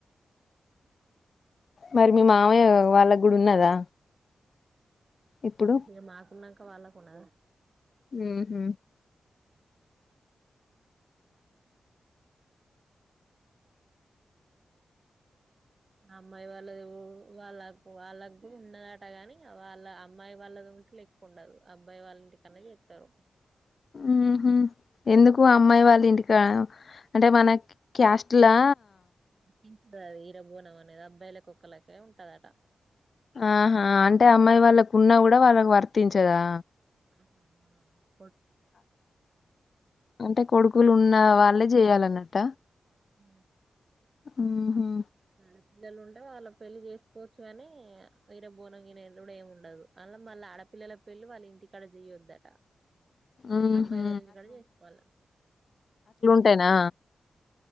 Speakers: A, on the left (about 55°); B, on the right (about 40°).
A: మరి మీ మామయ్య వాళ్ళకు కూడా ఉన్నదా ఇప్పుడు
B: ఉ మాకున్నా పక్క వాళ్ళకున
A: హ హ
B: అమ్మాయి వాళ్ళది వాళ్ళ వాళ్ళ కూడా ఉన్నదట గాని వాళ్ళ అమ్మాయి వాళ్ళది ఉంటే ఎకు ఉండరు అబ్బాయి వాళ్ళంటి కన్నా ఎక్కారు
A: ఉహ ఎందుకు అమ్మాయి వాళ్ళ ఇంటికా అంటే మన క్యాస్ట్ ఇట్లా
B: ించ అది ఈీరబోనం అనేది అబ్బాయిలలకుొక్కళ్ళకే ఉంటదట
A: ఆహా అంటే అమ్మాయి వాళ్ళకున్నా కూడా వాళ్ళకి వర్తించదా
B: ఆహహా
A: అంటే కొడుకులు ఉన్న వాళ్ళే చేయాల అన్నట
B: అ
A: ఆహా
B: ఆడపిల్లలు ఉంటే వాళ్ళ పెళ్లి చేసుకోవచ్చు కానీ వరబోనంగ కూడా ఏమి ఉండదు అ మళ్ళీ ఆడపిల్లల పెళ్లి వాళ్ళ ఇంటికాడ చేయొద్దట
A: ఉహు
B: అబ్బాయి వెళ్ళంచి కూడాడ చేసుకోవాలి
A: స్తేనా